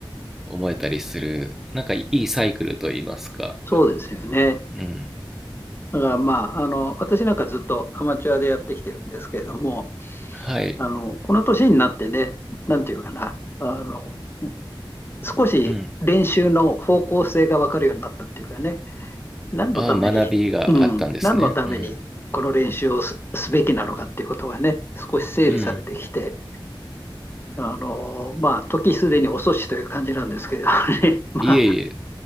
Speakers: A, in the centre; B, on the left.
A: 思えたりする、なんかいいサイクルといいますか、
B: そうですよね。
A: うん、
B: だから、まあ、あの、私なんかずっとアマチュアでやってきてるんですけれども、
A: はい。
B: あの、この年になってね、なんていうかな、あの、少し練習の方向性が分かるようになったっていうかね、
A: うん。
B: 何のために、
A: ああ、学びがあったんですね。
B: うん、何のためにこの練習をす、
A: うん。
B: すべきなのかっていうことがね、少し整理されてきて、
A: うん。
B: あの、まあ、時すでに遅しという感じなんですけれどね。<laughs> まあ、
A: いえいえ、